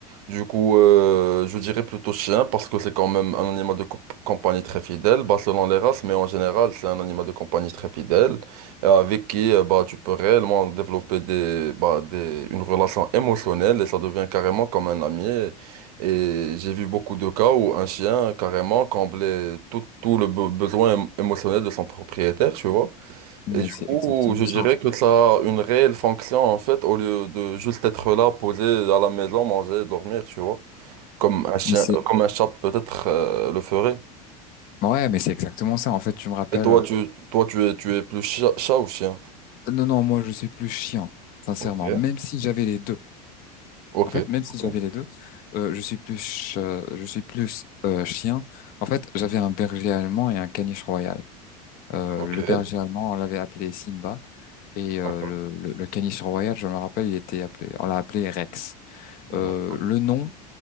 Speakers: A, on the right (about 70°); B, on the left (about 45°).
A: Du coup, euh, je dirais plutôt chien parce que c'est quand même un animal de comp- compagnie très fidèle, bah, selon les races, mais en général, c'est un animal de compagnie très fidèle et avec qui euh, bah, tu peux réellement développer des, bah, des, une relation émotionnelle et ça devient carrément comme un ami. Et et j'ai vu beaucoup de cas où un chien carrément comblait tout, tout le be- besoin émo- émotionnel de son propriétaire, tu vois.
B: mais
A: Et du
B: c'est
A: coup,
B: exactement
A: je dirais
B: ça, en fait.
A: que ça a une réelle fonction en fait, au lieu de juste être là, posé à la maison, manger, dormir, tu vois, comme un chien,
B: Mais c'est,
A: euh, comme un chat peut-être euh, le ferait.
B: ouais, mais c'est exactement ça. En fait, tu me rappelles,
A: Et toi,
B: euh,
A: tu, toi, tu es, tu es plus chat, chat ou chien?
B: non, non, moi, je suis plus chien, sincèrement.
A: Ok,
B: Même si j'avais les deux.
A: Ok,
B: En fait, même si
A: ok,
B: j'avais les deux, euh, je suis plus, ch- euh, je suis plus euh, chien. En fait, j'avais un berger allemand et un caniche royal. Euh,
A: ok.
B: le
A: d'accord,
B: berger allemand, on l'avait appelé Simba, et euh,
A: d'accord,
B: le, le, le caniche royal, je me rappelle, il était appelé, on l'a appelé Rex. Euh,
A: d'accord.
B: le nom,